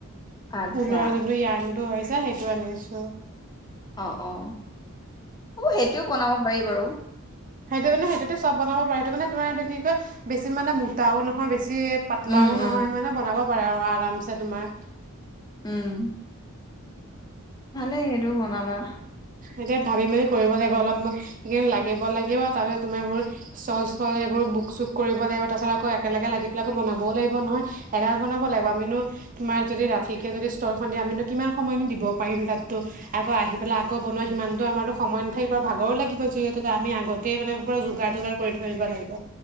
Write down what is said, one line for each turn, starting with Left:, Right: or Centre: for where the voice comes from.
Left: আচ্ছা।
Right: ঊলৰ যোনটো যান টো হৈ যায়, সেইটো আনিছো।
Left: অ অ হ'ব সেইটোও বনাব পাৰি বাৰু।
Right: সেইটো মানে সেইটোতে চব বনাব পাৰে সেইটো মানে তোমাৰেইটো কি ক বেছি মানে মোটাও নহয় বেছ- পাতলাও
Left: উম, উম,
Right: নহয় মানে বনাব পাৰে আৰু আৰামছে তোমাৰ।
Left: উম ভালেই সেইটোও বনাবা।
Right: এতিয়া ভাবি মেলি কৰিব লাগিব অলপ সময় লাগিব লাগিব তাৰপিছত তুমি বহুত চল স্লল সেইবোৰ বুক -চুক কৰিব লাগিব তাৰপিছত আকৌ একেলগে লাগি পেলাই আকৌ বনাবও লাগিব নহয় একেলগে বনাব লাগিব আমি নো তোমাৰ তাৰ যদি ৰাতিকে যদি ষ্টলখন দিয়ে আমিনো কিমান সময়নো দিব পাৰিম তাততো আকৌ আহি পেলাই আকৌ বনোৱা সিমানটো আমাৰতো সময় নাথাকিব আৰু ভাগৰো লাগিব যিহেতুকে আমি আগত- তেই মানে পুৰা যোগাৰ তোগাৰ কৰি থৈ দিব লাগিব।